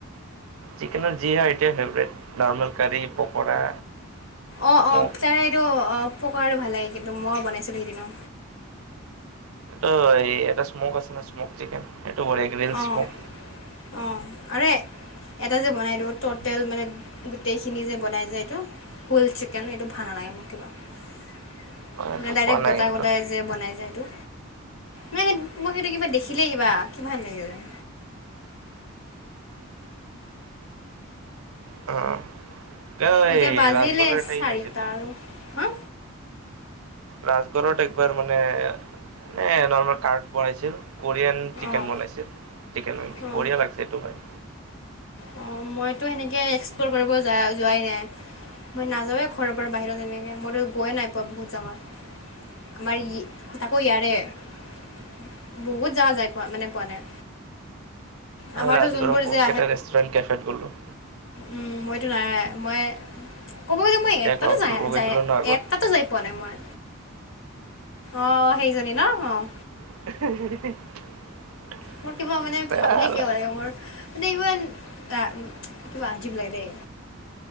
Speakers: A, on the right; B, on the left.
A: চিকেনৰ যি <unintelligible> ফেভৰেট নৰ্মেল কাৰি, পকৰা।
B: অ',
A: স্মক
B: অ', তাৰে এইটো অ' পকৰাটো ভাল লাগে কিন্তু মই বনাইছিলোঁ সেইদিনা।
A: এইটো এ এটা স্মক আছে ন' স্মক চিকেন এইটোগ
B: অঁ
A: স্মক
B: অঁ আৰু এটা যে বনাই দি টোটেল মানে গোটেইখিনি যে বনাই যে এইটো। হোল চিকেন সেইটো ভাল লাগে মোৰ কিবা। মানে
A: এইটো
B: ডাইৰেক্ট
A: খোৱা নাই
B: গোটা
A: কিন্তু
B: গোটাই যে বনাই যায় এইটো। মানে মই সেইটো কিবা দেখিলে কিবা লাগে যায়
A: অ'। কিয়
B: এতিয়া
A: এই
B: বাজিলে
A: ৰাজগড়ৰ এটাই
B: চাৰিটা
A: খাইছিলো
B: আৰু।
A: ৰাজগড়ত একবাৰ মানে এ নৰ্মেল কাৰ্ড বনাইছিল। কোৰিয়ান চিকেন
B: অঁ
A: বনাইছিল চিকেন
B: অঁ
A: বঢ়িয়া লাগছে সেইটো খায়।
B: অ' মইতো সেনেকে এক্সপ্লৰ কৰিব যা যোৱাই নাই। মই নাযাৱে ঘৰৰ পৰা বাহিৰত তেনেকে মইতো গৈয়ে নাই পোৱা বহুত জাগাত। আমাৰ ই তাকো ইয়াৰে। বহুত জাগা যায় পোৱা মানে পোৱা নাই। আমাৰতো
A: ৰাজগড়ৰ
B: যোনবোৰ
A: বহুত
B: যে
A: কেইটা ৰেষ্টুৰেণ্ট কেফেট গ'লো।
B: উম, মইতো নাই মই ক'ব গ'লে মই এটাতো
A: ইয়াক লগ
B: যায়
A: ধৰিব গৈছিলোঁ
B: যায়
A: ন আগত
B: এটাতো যায় পোৱা নাই মই। অ' সেইজন ন' অ'।
A: <unintelligible>
B: মোৰ কিবা মানে
A: বেয়া
B: ভাবিলে কিবা
A: লাগ
B: লাগে মোৰ মানে ইমান অ' কিবা আজীৱ লাগে দেই।